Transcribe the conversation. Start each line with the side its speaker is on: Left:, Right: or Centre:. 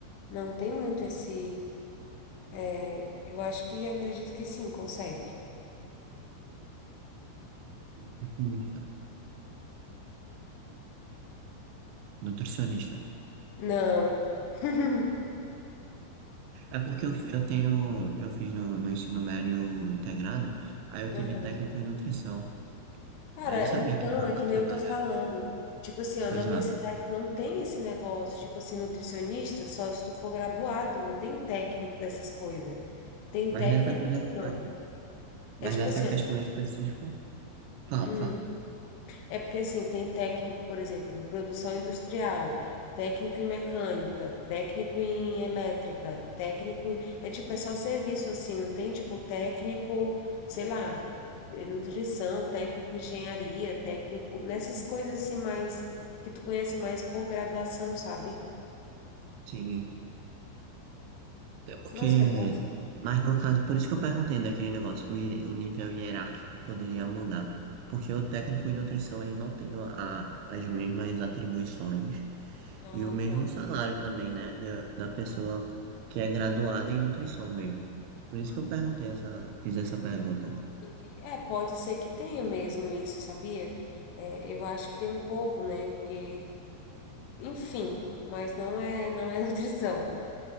Left: Não tem muito esse. é, eu acho que eu acredito que sim, consegue.
Right: Nutricionista. Nutricionista.
Left: Não. <laughs>
Right: É porque eu, fi- eu tenho, eu fiz no, no ensino médio integrado, aí eu tive
Left: Aham.
Right: técnico em nutrição.
Left: Cara,
Right: Aí eu sabia
Left: então,
Right: que dava
Left: é
Right: para
Left: que
Right: trabalhar.
Left: nem eu tô falando. Tipo assim, ó,
Right: Exato.
Left: na minha cidade não tem esse negócio, tipo assim, nutricionista, só se tu for graduado, não tem técnico dessas coisas. Tem
Right: Mas
Left: técnico
Right: nessa coisa,
Left: assim,
Right: no caso,
Left: ó.
Right: mas
Left: É tipo
Right: nessa
Left: assim,
Right: questão
Left: ó,
Right: específica, fala,
Left: hum,
Right: fala.
Left: é porque assim, tem técnico, por exemplo, em produção industrial, técnico em mecânica, técnico em elétrica, técnico. É tipo, é só serviço assim, não tem tipo técnico, sei lá, eh, nutrição, técnico em engenharia, técnico, nessas coisas assim mais que tu conhece mais por graduação, sabe?
Right: Sim. Até porque,
Left: Nossa, é bom.
Right: mas no caso, por isso que eu perguntei daquele negócio, o, hie- o nível hierárquico poderia mudar, porque o técnico em nutrição ele não tem a, as mesmas atribuições
Left: Ah,
Right: e o mesmo
Left: tá.
Right: salário também, né, da, da pessoa
Left: Aham.
Right: que é graduada em nutrição mesmo.
Left: Sim.
Right: Por isso que eu perguntei
Left: Aham.
Right: essa, fiz essa pergunta.
Left: Entendi. É, pode ser que tenha mesmo isso, sabia? É, eu acho que tem um pouco, né? Porque, enfim, mas não é, não é <laughs> nutrição.